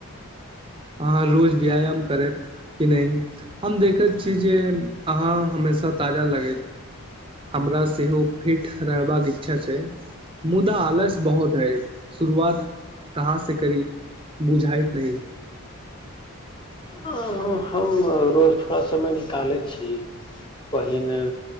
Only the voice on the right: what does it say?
अहाँ रोज व्यायाम करथि कि नहि हम देखैत छी जे अहाँ हमेशा ताजा लगैत हमरा सेहो फिट रहबाक इच्छा छै मुदा आलस्य बहुत हय शुरुआत कहाँ से करी बुझाइत नहि